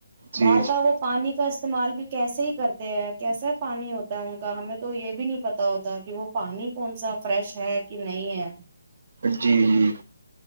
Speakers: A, on the right (about 55°); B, on the right (about 25°).
A: جی
B: باہر کا وہ پانی کا استعمال بھی کیسے ہی کرتے ہیں کیسا پانی ہوتا ہے ان کا ہمیں تو یہ بھی نہیں پتا ہوتا کہ وہ پانی کون سا فریش ہے کہ نہیں ہے
A: جی جی